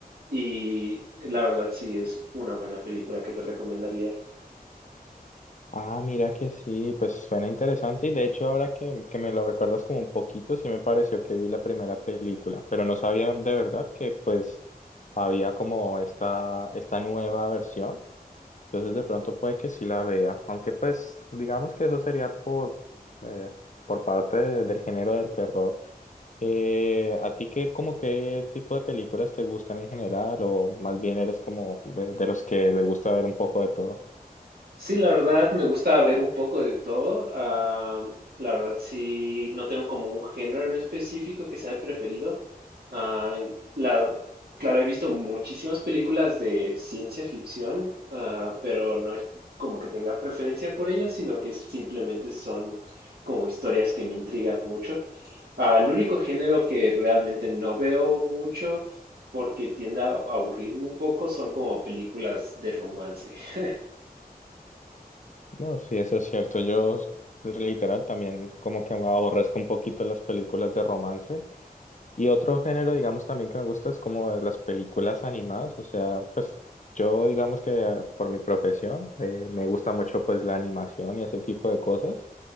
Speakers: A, on the right; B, on the left.
A: Y la verdad sí es una buena película que te recomendaría.
B: Ah, mira que sí, pues suena interesante. Y de hecho, ahora que, que me lo recuerdas como un poquito, sí me pareció que vi la primera película, pero no sabía de verdad que pues había como esta, esta nueva versión. Entonces de pronto puede que sí la vea, aunque pues digamos que eso sería por, eh, por parte de- del género del terror. Eh, ¿a ti qué, como qué tipo de películas te gustan en general o más bien eres como de, de los que les gusta ver un poco de todo?
A: Sí, la verdad me gusta ver un poco de todo. ah, la verdad sí, no tengo como un género en específico que sea el preferido. Ah, en- la- claro, he visto muchísimas películas de ciencia ficción, ah, pero no es como que tenga preferencia por ellas, sino que simplemente son como historias que me intrigan mucho. Ah, el único género que realmente no veo mucho porque tiende a aburrirme un poco son como películas de romance, <laughs>
B: No, sí, eso es cierto. Yo literal también como que aborrezco un poquito las películas de romance. Y otro género, digamos, también que me gusta es como de las películas animadas, o sea, pues yo, digamos que eh, por mi profesión, eh, me gusta mucho pues la animación y ese tipo de cosas.